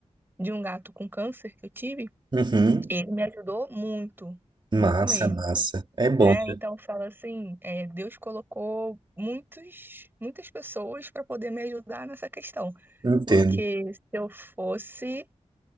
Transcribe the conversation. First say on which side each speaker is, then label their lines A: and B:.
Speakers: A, on the right; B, on the right.
A: de um gato com câncer que eu tive,
B: Uhum.
A: ele me ajudou muito,
B: Massa,
A: muito mesmo,
B: massa. É bom,
A: né?
B: né?
A: Então eu falo assim, é, Deus colocou muitos, muitas pessoas para poder me ajudar nessa questão,
B: entendo.
A: porque se eu fosse,